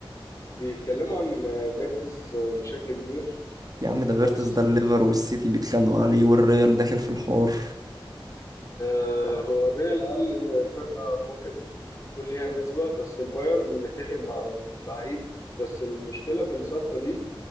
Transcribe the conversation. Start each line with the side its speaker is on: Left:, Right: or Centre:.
Left: بيتكلموا عن آه، فيرتز آه، بشكل كبير
Right: يا عم ده فيرتس
Left: بس
Right: ده الليفر والسيتي بيتخانقوا عليه والريال داخل في الحوار
Left: آه هو الريال قال فرقة ممكن يكون ليها نسبة بس البايرن متفق مع اللعيب بس المشكلة في الصفقة دي